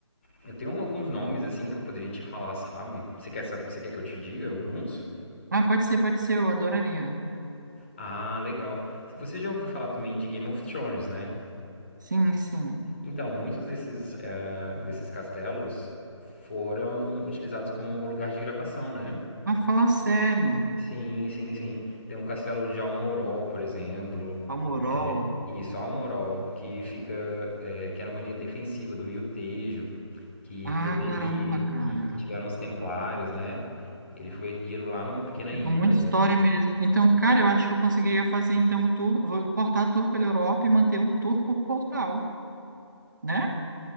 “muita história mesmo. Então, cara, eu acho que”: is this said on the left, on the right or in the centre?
Right